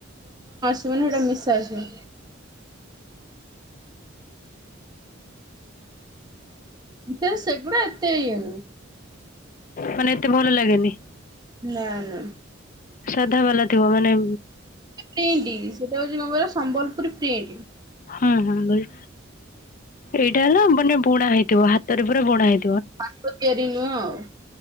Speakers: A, on the right (about 20°); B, on the left (about 40°).
A: ସେ ମାନେ ସେଟା ନିଶା ଆସିବ। ଏତେ ସେଗୁଡ଼ା ଏତେ ଇଏ ନୁ
B: ମାନେ ଏତେ ଭଲ ଲାଗେନି।
A: ନା ନା।
B: ସାଧା ବାଲା ଥିବ ମାନେ
A: ପ୍ରିଣ୍ଟି ସେଇଟା ହୋଉଚି କଣ କହିଲ ସମ୍ବଲପୁରୀ ପ୍ରିଣ୍ଟି।
B: ହୁଁ ହୁଁ ବଲି ଏଇଟା ହେଲା ମାନେ ବୁଣା ହେଇଥିବ ହାତରେ ପୁରା ବୁଣା ହେଇ
A: ହାତ ତିଆରି ନୁହଁ ଆଉ।